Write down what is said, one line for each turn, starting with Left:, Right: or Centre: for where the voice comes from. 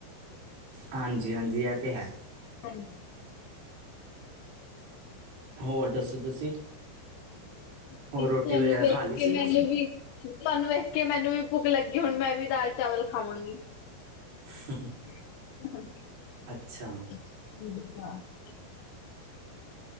Right: ਹਾਂਜੀ-ਹਾਂਜੀ ਇਹ ਤੇ ਹੈ।
Left: ਹਾਂਜੀ
Right: ਹੋਰ ਦੱਸੋ ਤੁਸੀਂ
Left: ਤੁਹਾਨੂੰ
Right: ਹੋਰ ਰੋਟੀ ਵਗੈਰਾ
Left: ਵੇਖ
Right: ਖਾ ਲਈ ਸੀ
Left: ਕੇ ਮੈਨੂੰ
Right: ਤੁਸੀਂ
Left: ਵੀ ਤੁਹਾਨੂੰ ਵੇਖ ਕੇ ਮੈਨੂੰ ਵੀ ਭੁੱਖ ਲੱਗੀ, ਹੁਣ ਮੈਂ ਵੀ ਦਾਲ-ਚਾਵਲ ਖਾਵਾਂਗੀ।
Right: ??? <unintelligible>
Left: ??? <inaudible>
Right: ਅੱਛਾ।
Left: <inaudible>